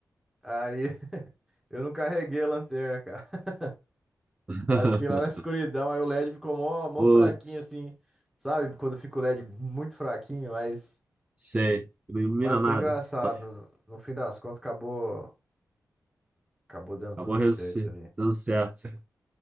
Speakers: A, in the centre; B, on the right.
A: Aí <laughs> eu não carreguei a lanterna, cara. <laughs>
B: <laughs>
A: Aí eu fiquei lá na escuridão, aí o LED ficou mó, mó
B: Putz,
A: fraquinho, assim. Sabe? Quando fica o LED muito fraquinho, mas,
B: sei. Não ilumina
A: mas foi
B: nada.
A: engraçado.
B: Só f-
A: No, no fim das contas, acabou, acabou dando tudo
B: acabou res-
A: certo ali.
B: dando certo.